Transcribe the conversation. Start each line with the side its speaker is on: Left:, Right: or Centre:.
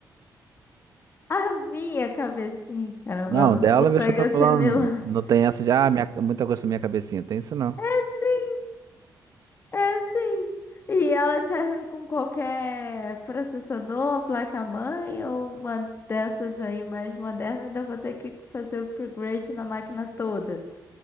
Left: a minha cabecinha, caramba,
Right: Não,
Left: ela
Right: dela,
Left: não consegue
Right: veja, eu tô
Left: assimilar.
Right: falando, não tem
Left: <laughs>
Right: essa de, ah, minha, muita coisa pra minha cabecinha, tem isso não.
Left: É sim, é sim. E elas servem com qualquer processador, placa-mãe ou uma dessas aí mais moderna. Ainda vou ter que fazer upgrade na máquina toda.